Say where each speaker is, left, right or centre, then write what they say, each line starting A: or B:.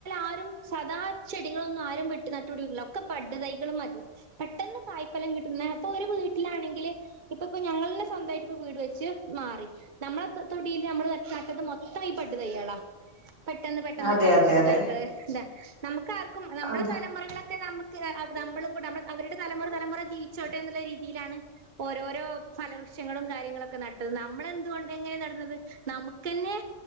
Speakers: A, on the right; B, on the right.
A: ആരും സദാ ചെടികളൊന്നും ആരും വെട്ട് നട്ടുപിടിക്കത്തില്ല ഒക്കെ ബഡ് തൈകളും മതി പെട്ടെന്ന് തായ്ഫലം കിട്ടുന്ന അപ്പൊ ഒരു വീട്ടിലാണെങ്കില് ഇപ്പ ഇപ്പൊ ഞങ്ങളെ സ്വന്തമായിട്ട് ഇപ്പ വീട് വെച്ച് മാറി നമ്മളെ തൊടീൽ നമ്മള് നാട്ടത് മൊത്തം ഈ ബഡ് തൈകളാ പെട്ടെന്ന് പെട്ടെന്ന്
B: അതെ
A: കായ്ക്കണ
B: അതെ അതെ
A: തൈ ന്ത നമു <unintelligible> ആർക്കും നമ്മുടെ
B: അതെ
A: തലമുറകളൊക്കെ നമു നമ്മക്ക് നമ്മളു കൂടെഅവരുടെ തലമുറ തലമുറ ജീവിച്ചോട്ടെ എന്നുള്ള രീതിയിലാണ് ഓരോരോ ഫലവൃക്ഷങ്ങളും കാര്യങ്ങളൊക്കെ നട്ടത് നമ്മളെന്തുകൊണ്ട് എങ്ങനെ നടന്നത് നമുക്ക് തന്നെ